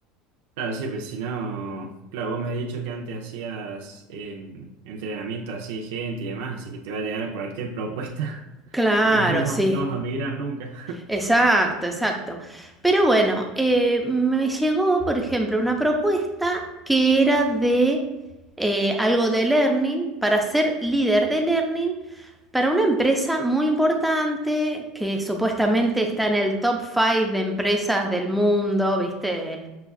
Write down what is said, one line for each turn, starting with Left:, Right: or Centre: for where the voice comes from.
Right: Claro, sí, pues si no, claro, vos me has dicho que antes hacías em, entrenamiento así de gente y demás, así que te va a llegar cualquier propuesta <laughs>
Centre: Claro,
Right: y no,
Centre: sí.
Right: vas- no vas a migrar nunca.
Centre: Exacto, exacto. Pero bueno, eh, me llegó, por ejemplo, una propuesta que era de eh, algo de learning, para ser líder de learning Para una empresa muy importante que supuestamente está en el top 5 de empresas del mundo, ¿viste?